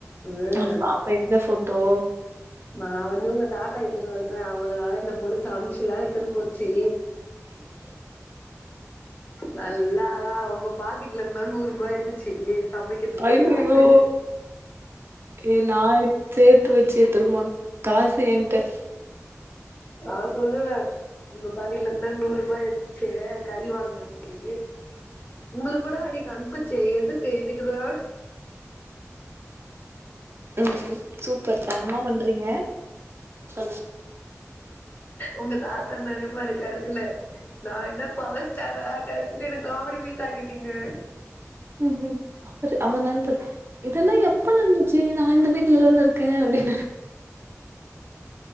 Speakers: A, on the left; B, on the right.
A: ம்
B: நா பாப்பே எந்த ஃபோட்டோ
A: நா வந்து உங்க தாத்தா கி ட்ட சொல்றே அவங்களுகாக இந்த பொண்ணு சமச்சில்லா எட்த்துனு போச்சி நல்லா அழகா உங்க பாக்கெட்ல இருந்த தா நூற் ரூபா எட்த்துச்சி சமைக்கிறதுக்கே
B: ஐயயோ
A: காசு
B: ஏ நா இருக் சேத்து வச்சு எட்த்துட்டு போனே காசு என்ட
A: ஆ சொல்லுவே உங்க பாக்கெட்ல இருந்து தா நூற்ரூபா எட்த்துச்சு கறி வாங்கறதுக்கு உங்ளுக் கூட அன்னிக்கு அனுப்புச்சே எதுக்கு இதுக்குதா
B: ம் சூப்பர் தரமா பண்றீங்க சொன்னே
A: உங்க தாத்தா நெனைப்பாரு கடைசில நா என்ன பவர் ஸ்டாரா கடசில என்ன காமிடி பீஸ் ஆக்கிட்டீங்க
B: ம் ம் அவரு அவன் நண்பரு இதெல்லா எப்ப நடந்துச்சு நா இந்த வீட்லதானே இருக்கே அப்டின்